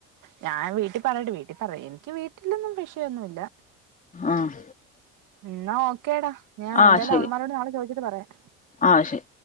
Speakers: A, on the right; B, on the left.
A: ഞാൻ വീട്ടിൽ പറയട്ടെ വീട്ടിൽ പറയാ എനിക്ക് വീട്ടിലൊന്നും വിഷയമൊന്നുല്ല
B: ആഹ്
A: എന്നാ ഓക്കേടാ ഞാൻ
B: ആഹ്
A: എന്തായാലും
B: ശരി.
A: അവൾമാരോട് നാളെ ചോദിച്ചിട്ട് പറയാം
B: ആഹ് ശരി